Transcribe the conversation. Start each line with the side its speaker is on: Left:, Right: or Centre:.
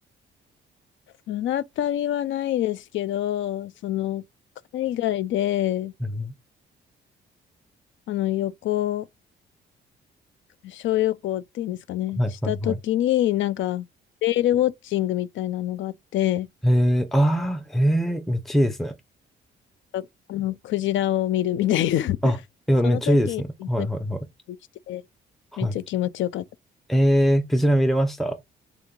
Left: 船旅はないですけど、その、海外で、
Centre: うん
Left: あの、旅行、小旅行っていうんですかね、
Centre: はいはいはい。
Left: したときに、なんか、レールウォッチングみたいなのがあって、
Centre: へえ、ああ、へえ、めっちゃいいですね。
Left: ああの、クジラを見るみたいな。<laughs>
Centre: あ、いや、
Left: その時に船
Centre: めっちゃいいですね。はいはいはい。
Left: にして、
Centre: はい。
Left: めっちゃ気持ちよかった。
Centre: えー、クジラ見れました